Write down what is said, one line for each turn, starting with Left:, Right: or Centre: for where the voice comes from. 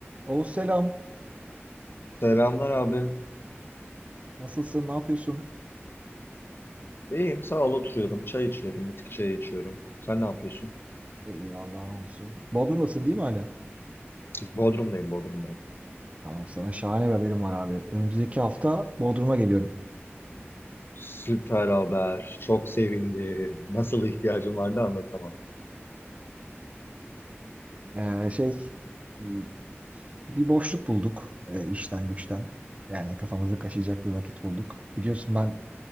Right: Oğuz selam.
Left: Selamlar abi.
Right: Nasılsın? Ne yapıyorsun?
Left: İyiyim sağ ol oturuyorum. Çay içiyorum. Bitki çayı içiyorum. Sen ne yapıyorsun?
Right: İyi Allah'ın olsun. Bodrum'dasın değil mi hala?
Left: Bodrum'dayım Bodrum'dayım.
Right: Tamam sana şahane bir haberim var abi. Önümüzdeki hafta Bodrum'a geliyorum.
Left: Süper haber. Çok sevindim. Nasıl ihtiyacım vardı anlatamam.
Right: Ee, şey m, bir boşluk bulduk e, işten güçten. Yani kafamızı kaşıyacak bir vakit bulduk. Biliyorsun ben